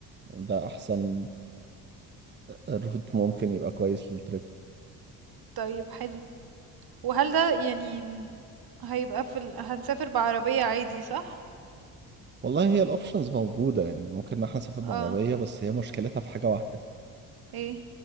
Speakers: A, on the right (about 20°); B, on the right (about 45°).
A: يعني ده احسن روت ممكن يبقى كويس للتريب
B: طيب حلو وهل ده يعني م- هيبقى في ال... هنسافر بعربية عادي صح؟
A: والله هي الاوبشنز موجودة يعني ممكن ان احنا نسافر بعربية
B: اه
A: بس هي مشكلتها في حاجة واحدة
B: ايه